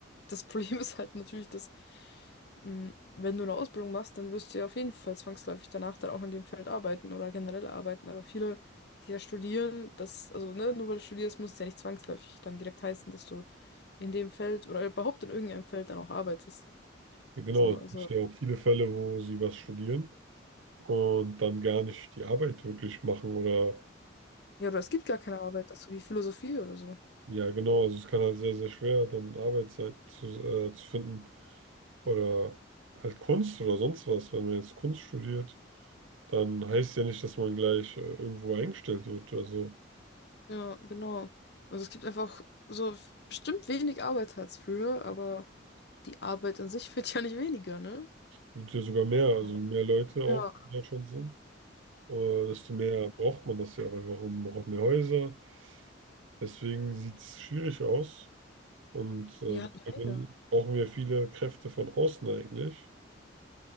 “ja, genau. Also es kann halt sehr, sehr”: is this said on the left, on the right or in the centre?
Right